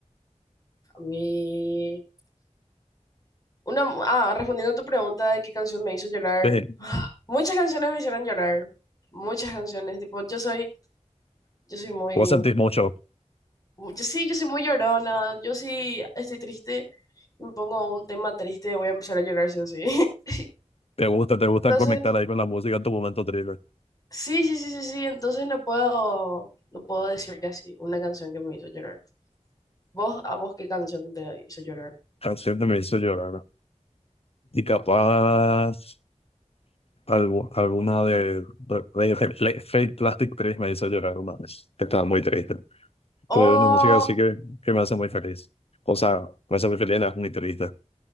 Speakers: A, on the left; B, on the left.
A: A mí... Una, ah, respondiendo a tu pregunta de qué canción me hizo llorar.
B: Sí.
A: <sighs> Muchas canciones me hicieron llorar. Muchas canciones. Tipo, yo soy Yo soy muy,
B: Vos sentís mucho,
A: yo sí, yo soy muy llorona. Yo sí estoy triste, me pongo un tema triste, voy a empezar a llorar sí o sí. <laughs>
B: te gusta, te gusta
A: Entonces,
B: conectar ahí con la música en tu momento triste.
A: sí, sí, sí, sí, sí. Entonces no puedo, no puedo decir que así, una canción que me hizo llorar. ¿Vos, a vos qué canción te hizo llorar?
B: Canción que me hizo llorar. ¿no? Y capaz, algu- alguna de, de, de- de- Fake Plastic Trees me hizo llorar una vez. Estaba muy triste.
A: Oh,
B: Pero es una música así que, que me hace muy feliz. O sea, me hace muy feliz, no es muy triste.